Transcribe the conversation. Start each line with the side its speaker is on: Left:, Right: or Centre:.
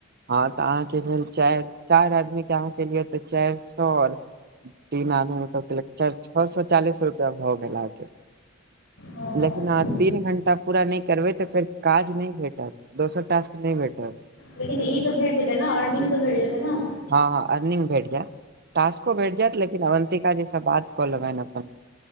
Right: हँ तऽ अहाँके भेल चारि चारि आदमी के अहाँ केलियै तऽ चारि सौ तीन आदमी के सब छओ सौ चालीस रुपया भऽ गेल आहांके।
Left: ओ
Right: लेकिन अहाँ तीन घण्टा पूरा नहि करबै तऽ फेर काज नहि भेटत। दोसर टास्क नहि भेटत।
Left: लेकिन ई तऽ भेट जेतै ने अर्निंग तऽ भेट जेतै ने?
Right: हँ हँ अर्निंग भेट जायत। टास्को भेट जायत लेकिन अवन्तिका जी स बात कऽ लेबनि अपन।